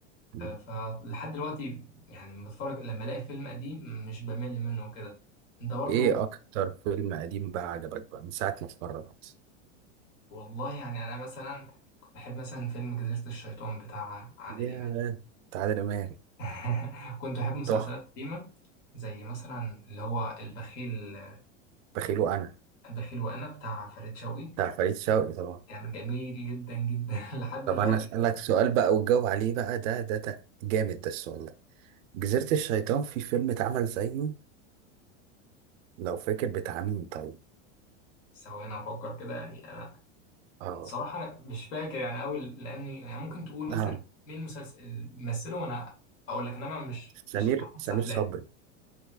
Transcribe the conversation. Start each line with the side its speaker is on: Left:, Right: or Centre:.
Right: م.
Left: آه، فلحد دلوقتي يعني لما بتفرج لما الاقي فيلم قديم مش بمل منه وكده انت برضو
Right: إيه أكتر فيلم قديم بقى عجبك بقى من ساعة ما اتفرجت؟
Left: والله يعني انا مثلا كنت بحب مثلا فيلم جزيرة الشيطان بتاع عادل
Right: يا
Left: امام
Right: تعالى إمام
Left: <laughs> كنت بحب مسلسلات
Right: تحفة
Left: قديمة زي مثلا اللي هو البخيل
Right: بخيله أنا
Left: البخيل وانا بتاع فريد شوقي
Right: بتاع فريد شوقي طبعا
Left: كان جميل جدا جدا <laughs> لحد
Right: طب
Left: اللي
Right: أنا
Left: هو دلوقتي
Right: أسألك سؤال بقى وتجاوب عليه بقى ده ده ده جامد ده السؤال ده جزيرة الشيطان في فيلم اتعمل زيه لو فاكر بتاع مين طيب؟
Left: ثواني افكر كده يعني انا
Right: آه
Left: صراحة أنا مش فاكر يعني قوي لاني يعني ممكن تقول مثلا
Right: آه.
Left: مين المسلسل مثله وانا اقول لك انما مش
Right: سمير
Left: مش احفظ
Right: سمير
Left: افلام
Right: صبري